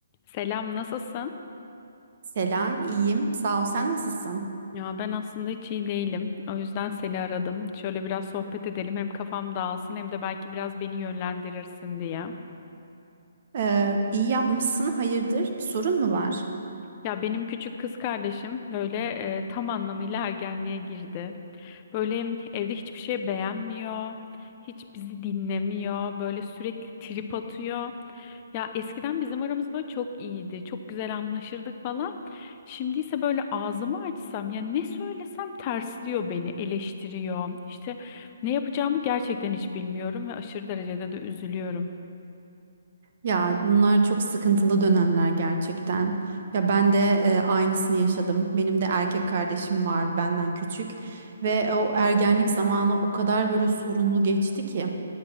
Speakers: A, on the left; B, on the right.
A: Selam, nasılsın?
B: Selam, iyiyim. Sağ ol. Sen nasılsın?
A: Ya ben aslında hiç iyi değilim. O yüzden seni aradım. Şöyle biraz sohbet edelim. Hem kafam dağılsın hem de belki biraz beni yönlendirirsin diye.
B: Ee, iyi yapmışsın. Hayırdır? Bir sorun mu var?
A: Ya benim küçük kız kardeşim böyle e, tam anlamıyla ergenliğe girdi. Böyle evde hiçbir şey beğenmiyor. Hiç bizi dinlemiyor. Böyle sürekli trip atıyor. Ya eskiden bizim aramız böyle çok iyiydi. Çok güzel anlaşırdık falan. Şimdi ise böyle ağzımı açsam ya ne söylesem tersliyor beni, eleştiriyor. İşte ne yapacağımı gerçekten hiç bilmiyorum ve aşırı derecede de üzülüyorum.
B: Ya bunlar çok sıkıntılı dönemler gerçekten. Ya ben de e, aynısını yaşadım. Benim de erkek kardeşim var benden küçük ve o ergenlik zamanı o kadar böyle sorunlu geçti ki.